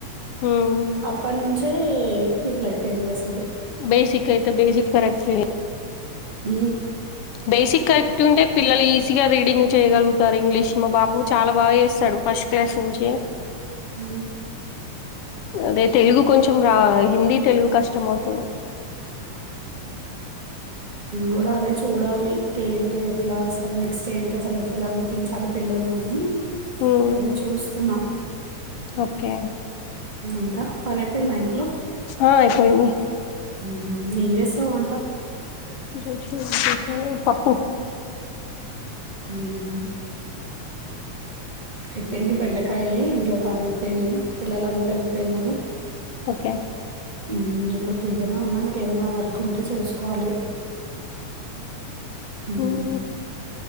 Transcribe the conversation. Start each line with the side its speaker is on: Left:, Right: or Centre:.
Left: హ్మ్.
Right: అప్పటి నుంచి ఇట్లా అయిపోయింది అసలు
Left: బేసిక్ అయితే బేసిక్ కరక్తు
Right: హ
Left: బేసిక్ కరెక్ట్ ఉంటే పిల్లలు ఈజీగా రీడింగ్ చేయగలుగు రు ఇంగ్లీష్ మా బాబు చాలా బాగా చేస్తాడు ఫస్ట్ క్లాస్ నుంచి
Right: అ
Left: అదే తెలుగు కొంచెం రా హిందీ తెలుగు కష్టం అవుతుంది
Right: కూడా అదే చూడాలి ఏంటి ఎట్లా అసలు నెక్స్ట్ ఏంటి అసలు ఎట్లా చదిపించాలి పిల్లలను అని
Left: హ్మ్.
Right: అదే చూస్తున్నాం
Left: ఓకే.
Right: ఇంకా పని అయిపోయింది ఇంట్లో
Left: హా అయిపోయింది
Right: హమ్ హమ్ ఏం చేస్తావు వంట
Left: రోజు పప్పూ
Right: మ్ అయిపోయింది బెండకాయ్ ఇంట్లో పని అయిపోయింది పిల్లలు అందరూ వెళ్ళిపోయిన్రు
Left: ఓకే.
Right: హమ్ ఇప్పుడు ఫ్రీగానే ఉన్నా ఏదైనా వర్క్ ఉంటే చేసుకోవాలి హ్మ్.
Left: హమ్